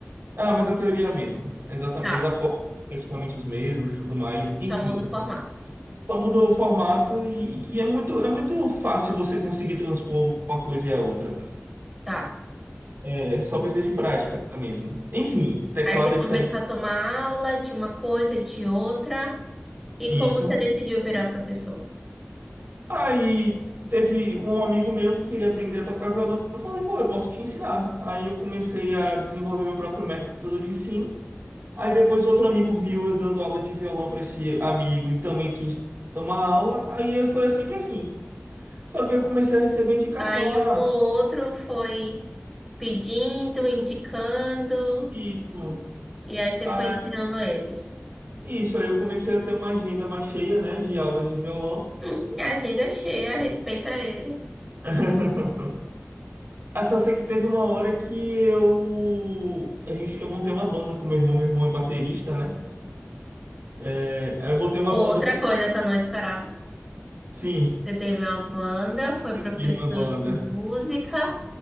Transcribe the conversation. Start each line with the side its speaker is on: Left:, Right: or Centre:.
Right: Ah, mas a teoria é a mesma. É Exatamente,
Centre: Tá.
Right: os acordes são praticamente os mesmos, tudo mais, enfim.
Centre: Só muda o formato.
Right: Só muda o formato e, e é muito, é muito fácil você conseguir transpor uma coisa e a outra.
Centre: Tá.
Right: É, só precisa de prática mesmo. Enfim, teclado
Centre: Aí você
Right: é
Centre: começou
Right: diferente
Centre: a tomar aula de uma coisa, de outra. E
Right: isso.
Centre: como você decidiu virar professor?
Right: Aí teve um amigo meu que queria aprender a tocar violão. Eu falei, pô, eu posso te ensinar. Aí eu comecei a desenvolver meu próprio método de ensino. Aí depois outro amigo viu eu dando aula de violão para esse amigo e também quis tomar aula. Aí foi sempre assim. Só que eu comecei a receber indicação,
Centre: Aí
Right: ah,
Centre: um ou outro foi pedindo, indicando,
Right: isso,
Centre: e aí você
Right: ah,
Centre: foi ensinando eles.
Right: isso. Aí eu comecei a ter uma agenda mais cheia, né, de aulas de violão.
Centre: Hum, agenda é cheia, respeita ele.
Right: <laughs> Ah, só sei que teve uma hora que eu. A gente, eu montei uma banda com meu irmão, meu irmão é baterista, né? É, aí eu botei uma
Centre: Outra
Right: banda com.
Centre: coisa que eu não esperava.
Right: Sim,
Centre: Você teve uma banda, foi professor
Right: eu tive uma banda.
Centre: de música